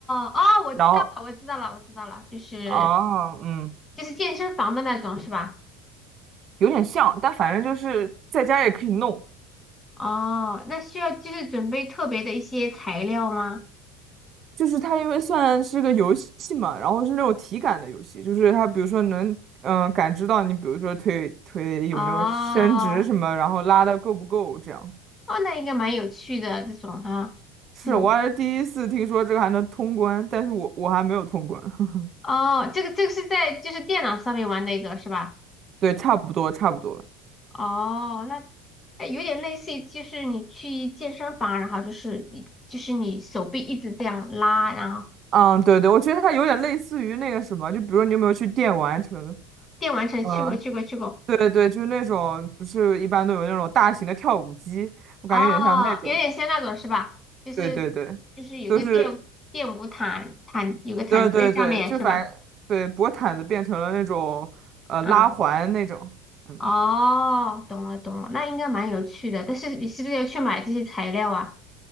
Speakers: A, on the left; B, on the right.
A: 哦，我知道了，
B: 然后
A: 我知道了，我知道了，就是
B: 啊，嗯，
A: 就是健身房的那种是吧？
B: 有点像，但反正就是在家也可以弄。
A: 哦，那需要就是准备特别的一些材料吗？
B: 就是它因为算是个游戏嘛，然后是那种体感的游戏，就是它比如说能嗯、呃感知到你，比如说腿腿有没有伸直什么，
A: 哦
B: 然后拉的够不够这样。
A: 哦，那应该蛮有趣的这种啊，
B: 是，
A: 这种
B: 我还是第一次听说这个还能通关，但是我我还没有通关。<laughs>
A: 哦，这个这个是在就是电脑上面玩的一个是吧？
B: 对，差不多，差不多。
A: 哦，那哎有点类似于就是你去健身房，然后就是你就是你手臂一直这样拉，然后
B: 嗯，对对，我觉得它有点类似于那个什么，就比如说你有没有去电玩城？
A: 电玩城去过去过去过，
B: 嗯，对对，就是那种不是一般都有那种大型的跳舞机，我感觉有点像那种。
A: 哦，有点像那种是吧？就是
B: 对对对，
A: 就是有个电电舞毯毯有个毯子在下面是吧？
B: 都是对对对，就反对薄毯子变成了那种呃拉环那种，
A: 嗯，
B: 嗯
A: 哦，懂了懂了，那应该蛮有趣的，但是你是不是要去买这些材料啊？